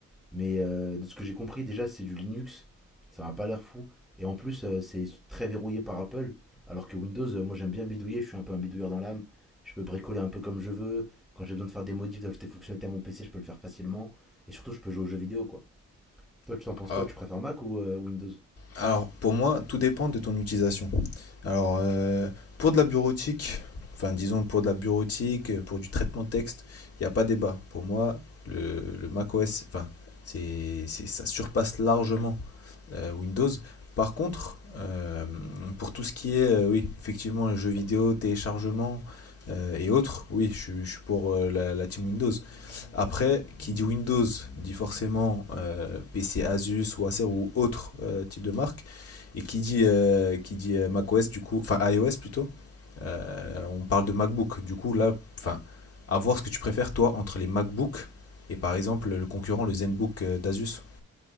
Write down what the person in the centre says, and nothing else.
mais euh, de ce que j'ai compris, déjà c'est du Linux, ça m'a pas l'air fou. Et en plus, euh, c'est très verrouillé par Apple, alors que Windows, euh, moi j'aime bien bidouiller, je suis un peu un bidouilleur dans l'âme. Je peux bricoler un peu comme je veux. Quand j'ai besoin de faire des modifs, d'ajouter des fonctionnalités à mon PC, je peux le faire facilement. Et surtout, je peux jouer aux jeux vidéo quoi. Toi, tu t'en penses
quoi Tu préfères Mac ou euh, Windows